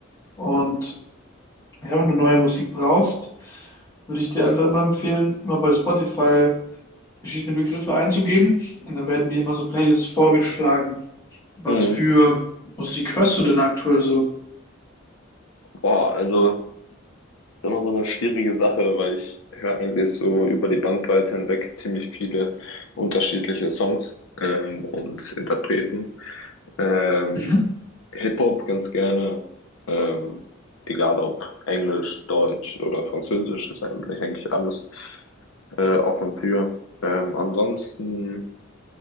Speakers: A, on the left; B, on the left.
A: Und ja, wenn du neue Musik brauchst, würde ich dir einfach immer empfehlen, immer bei Spotify verschiedene Begriffe einzugeben. Und dann werden dir immer so Playlists vorgeschlagen. Was
B: Mhm.
A: für Musik hörst du denn aktuell so?
B: Boah, also das ist immer so eine schwierige Sache, weil ich höre eigentlich so über die Bandbreite hinweg ziemlich viele unterschiedliche Songs ähm, und Interpreten. Ähm,
A: Mhm.
B: Hip-Hop ganz gerne, ähm, egal ob Englisch, Deutsch oder Französisch, ist eigentlich eigentlich alles äh, offen für. Ähm, ansonsten